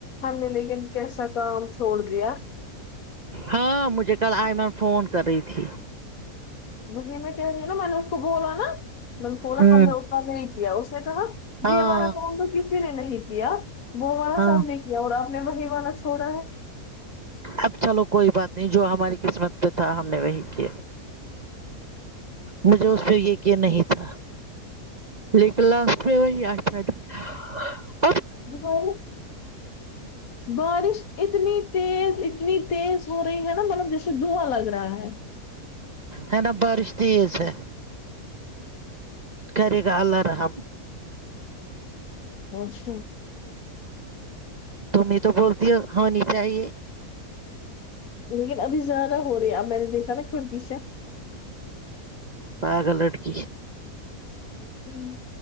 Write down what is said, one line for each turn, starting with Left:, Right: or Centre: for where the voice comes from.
Left: ہم نے لیکن کیسا کام چھوڑ دیا
Right: ہاں مجھے کل آئمن فون کر رہی تھی
Left: میں کہنے رہی ہے میں نے اس کو بولا نا میں نے بولا
Right: ہوں
Left: ہم نے اتنا نہیں کیا اس نے کہا
Right: ہاں
Left: یہ ہمارا کام تو کسی نے نہیں کیا وہ والا
Right: ہاں
Left: سب نے کیا اور اپ نے وہی والا چوڑا ہے
Right: اب چلو کوئی بات نہیں جو ہماری قسمت پہ تھا ہم نے وہی کیا مجھے اس پے یقین نہیں تھا لیکن لاسٹ میں وہی اچھا تھا
Left: <unintelligible> بارش اتنی تیز اتنی تیز ہو رہی ہے نا مطلب جیسے دوھاں لگ رہا ہے
Right: ہے نا بارش تیز ہے کرے گا اللہ رحم
Left: <unintelligible>
Right: تم ہی تو بولتی ہو ہونی چاہیے
Left: لیکن ابھی زیادہ ہو رہی ہے اب میں نے دیکھا نا کڑکی سے
Right: پاگل لٹکی
Left: ہمم